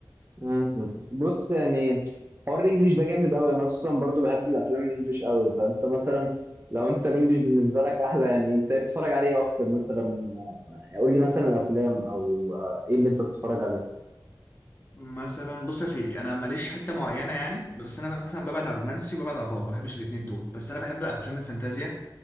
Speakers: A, on the right; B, on the left.
A: مم. بص يعني حوار الانجليش ده جامد قوي انا اصلا برضو بحب الافلام الانجليش قوي فانت مثلا لو انت الانجليش بالنسبه لك احلى يعني انت إيه بتتفرج عليه إيه اكتر مثلا قول لي مثلا افلام او ايه اللي انت بتتفرج عليه
B: مثلا بص يا سيدي انا ماليش حته معينه يعني بس انا مثلا ببعد عن الرومانسي وببعد عن الرعب ما بحبش الاثنين دول بس انا بحب افلام الفانتازيا